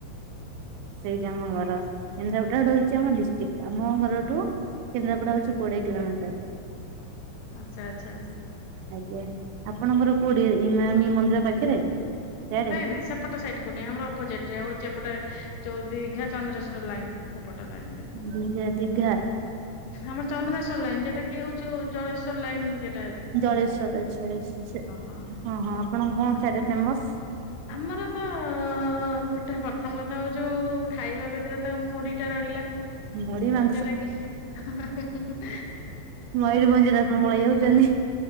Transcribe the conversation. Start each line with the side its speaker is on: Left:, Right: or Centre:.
Right: ସେଇଟା ଆମ ଘର କେନ୍ଦ୍ରାପଡା ହଉଛି ଆମ ଡିଷ୍ଟିକ୍ ଆମ ଘରଠୁ କେନ୍ଦ୍ରାପଡା ହଉଛି କୋଡିଏ କିଲୋମିଟର
Left: ଆଚ୍ଛା ଆଚ୍ଛା
Right: ଆଜ୍ଞା ଆପଣଙ୍କର କୋଉଠି ଇନାମି ମନ୍ଦିର ପାଖରେ? ସିଆଡେ
Left: ନାଇଁ ନାଇଁ ସେପ୍ ଏପଟେ ସାଇଡ କୁ ନେଇି ଆମର ଅପୋଜିଟ ରେ ହଉଛି ଏପଟେ ଚଉଦୀର୍ଘେ ଚନ୍ଦ୍ରେଶ୍ଵର ଲାଇନ ଏପଟେ ଲାଇନ ରେ
Right: ଦୁର୍ଗା ଦିଘା।
Left: ଆମ ଚନ୍ଦନେଶ୍ଵର ଲାଇନ୍ ଯେଟା କି ହଉଚୁ ଜଳେଶ୍ଵର ଲାଇନ୍ ଯେଟ୍
Right: ଜଳେଶ୍ଵର ଅଛି ଛି ଛେ ସେ
Left: ହଁ
Right: ହଁ-ହଁ ଆପଣଙ୍କ କଣ
Left: ହଁ।
Right: ସେଆଡେ ଫେମସ୍?
Left: ଆମର ତ ହଉ ଗୋଟେ ପ୍ରଥମ କଥା ହଉ ଯୋଉ ଖାଇବା ଭିତରେ ତ ମୁଢ଼ି ଟା ରହିଲା।
Right: ମୁଢି ମା
Left: ଯେଟା କିି ହଁ-ହଁ ହୁଁ-ହୁଁ-ହୁଁ
Right: ମୟୂରଭଞ୍ଜ ରେ ଆପଣ ମୟଉ ପଳେଇ ଯାଉଛନ୍ତି।